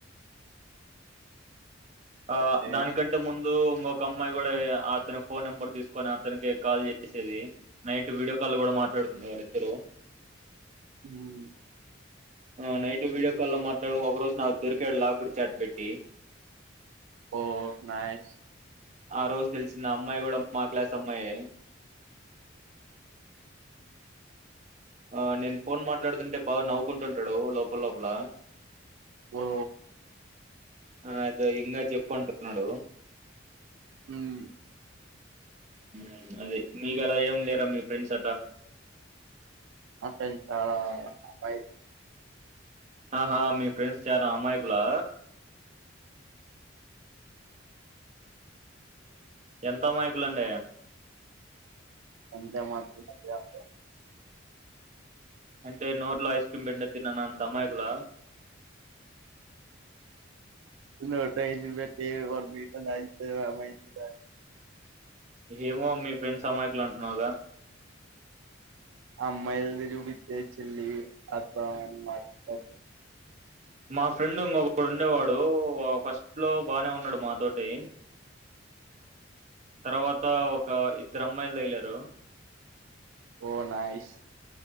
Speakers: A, on the right; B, on the right.
A: ఆ
B: ఓకే
A: దానికంటే ముంద్ దు ఇంకొక అమ్మాయి కూడా అతని ఫోన్ నెంబర్ తీసుకొని అతనికి కాల్ చేసేది నైట్ వీడియో కాల్ కూడా మాట్లాడుకునేవారు వాళ్ళిద్దరు
B: ఉమ్
A: ఆ నైట్ వీడియో కాల్ లో మాట్లాడుకుంటూ ఒక రోజు నాకు దొరికాడు లాకుడు చాట్ పెట్టి
B: ఓ నైస్
A: ఆ రోజు తేలిసింది ఆ అమ్మాయి కూడా మా క్లాస్ అమ్మాయే ఆ నేను ఫోన్ మాట్లాడుతుంటే బాగా నవ్వుకుంటుంటాడు లోపల లోపల
B: ఓ
A: ఆ అదో ఇందాక చెప్ పంటున్నాడు
B: ఉమ్
A: మ్మ్ అది మీకలా ఏం లేరా మీ ఫ్రెండ్స్ అట
B: అసలు ఆ ఆ అయ్
A: ఆహా మీ ఫ్రెండ్స్ చాలా అమాయకులా ఎంత అమాయకులండి
B: అంత మాత్రమే కాదు
A: అంటే నోట్లో ఐస్ క్రీమ్ బెటినా తిననంత అమాయకులా
B: నోట్లో ఏసి బెట్టి తిననంత అమాయకులా
A: ఏమో మీ ఫ్రెండ్స్ అమాయకులు అంటున్నావు గా
B: అమ్మాయిలను చూపిత్తే చెల్లి అక్క అని మాట్లాడే
A: మా ఫ్రెండ్ ఇంకొకడు ఉండేవాడు ఉ ఫస్ట్ లో బానే ఉన్నాడు మా తోటి తర్వాత ఒక ఇద్దరు అమ్మాయిలు తగిలారు.
B: ఒ నైస్